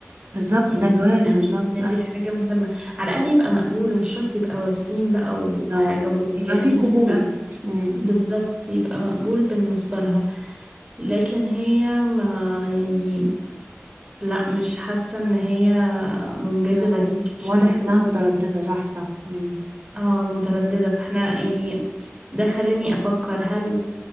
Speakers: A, on the right; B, on the right.
A: بالظبط
B: يعني
A: ده جواز
B: انا
A: بالظبط
B: شايفه ان
A: أيوة،
B: دي حاجه مهمه على الاقل يبقى مقبول مش شرط يبقى وسيم بقى وحاجه
A: ده
B: و-
A: يبقى
B: يعني
A: فيه
B: بس
A: قبول
B: يبقى
A: امم
B: بالظبط يبقى مقبول بالنسبه لها لكن هي ما يعني لا مش حاسه ان هي منجذبه
A: آه،
B: ليك شكل
A: واضح انها مترددة صح صح امم
B: اه متردده فاحنا يعني ده خليني افكر هل